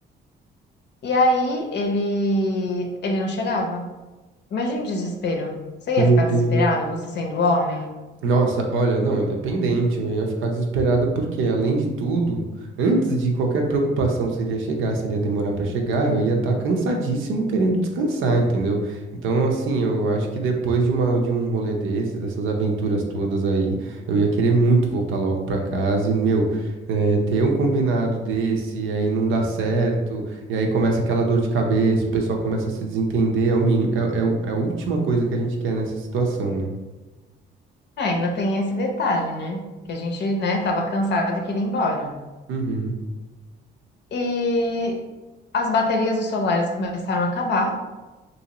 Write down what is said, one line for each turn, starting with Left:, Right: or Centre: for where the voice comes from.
Left: E aí ele, ele não chegava. Imagina o desespero. Você
Right: Meu
Left: ia ficar
Right: Deus.
Left: desesperado, você sendo homem?
Right: Nossa, olha, não, independente, eu ia ficar desesperado porque, além de tudo, antes de qualquer preocupação se ele ia chegar, se ele ia demorar pra chegar, eu ia estar cansadíssimo querendo descansar, entendeu? Então, assim, eu acho que depois de uma, de um rolê desses, dessas aventuras todas aí, eu ia querer muito voltar logo pra casa e, meu, eh, ter um combinado desse, e aí não dá certo, e aí começa aquela dor de cabeça, o pessoal começa a se desentender, é o mínimo, é, é, o- é a última coisa que a gente quer nessa situação, né?
Left: É, ainda tem esse detalhe, né? Que a gente, né, tava cansado e queria ir embora.
Right: Uhum.
Left: E as baterias dos celulares começaram a acabar